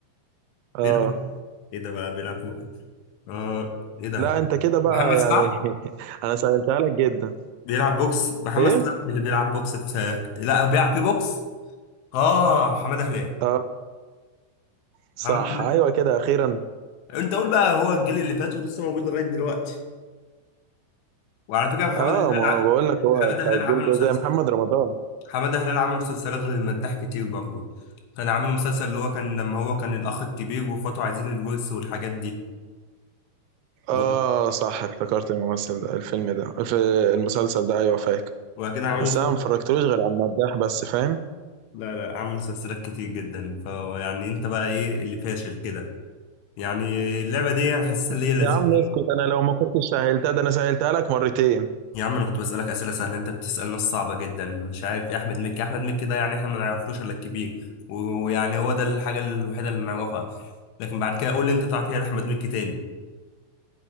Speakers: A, on the right; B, on the left.
A: اه
B: بيلعب إيه ده بقى بيلعب في بوكس اه إيه ده
A: لا انت كده بقى
B: محمد سعد
A: يعني <laughs> انا سألتها لك جدا
B: بيلعب بوكس محمد
A: ايه
B: سعد اللي بيلعب بوكس في لا هو بيلعب في بوكس اه حماده هلال
A: اه صح
B: حماده هلال
A: ايوه كده اخيرا
B: انت قول بقى هو الجيل اللي فات ولسه موجود لغايه دلوقتي وعلى فكره حماده
A: اه
B: هلال
A: ما
B: ع-
A: بقول لك هو
B: حماده
A: بتاع
B: هلال
A: الجيل
B: عمل
A: ده
B: مسلسل
A: زي محمد رمضان
B: حماده هلال عمل مسلسلات غير مداح كتير برضه كان عامل مسلسل اللي هو كان لما هو كان الاخ الكبير واخواته عايزين الورث والحاجات دي
A: اه
B: و-
A: صح افتكرت الممثل ده الفيلم ده الف- المسلسل ده ايوه فاكر
B: وبعد كده عملوا
A: بس انا ما اتفرجتلوش غير على المداح بس فاهم
B: لا لا عمل مسلسلات كتير جدا فيعني انت بقى ايه اللي فاشل كده يعني اللعبه دي انا حاسسها اللي هي لذيذه
A: يا عم اسكت انا لو ما كنتش سهلتها ده انا سهلتها لك مرتين
B: يا عم انا كنت بسألك اسئله سهله انت بتسأل ناس صعبه جدا مش عارف يا احمد مكي احمد مكي ده يعني احنا ما نعرفلوش الا الكبير و- ويعني هو ده الحاجه الوحيده اللي نعرفها لكن بعد كده قول لي انت تعرف ايه احمد مكي تاني